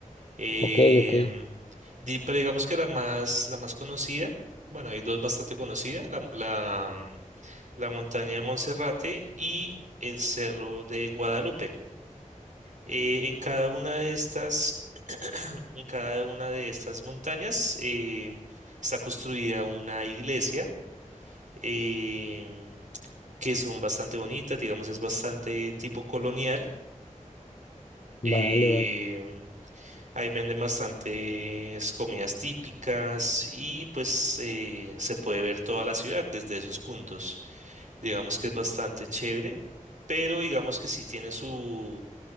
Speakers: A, on the right; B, on the left.
A: Em,
B: Ok, ok.
A: di- pero digamos que la más, la más conocida, bueno, hay dos bastante conocidas, la, la, la montaña de Monserrate y el cerro de Guadalupe. Eh, en cada una de estas, <clears throat> en cada una de estas montañas eh, está construida una iglesia em, que son bastante bonitas, digamos, es bastante tipo colonial. em,
B: Vale, vale.
A: ahí venden bastantes comidas típicas y pues eh, se puede ver toda la ciudad desde esos puntos. Digamos que es bastante chévere, pero digamos que sí tiene su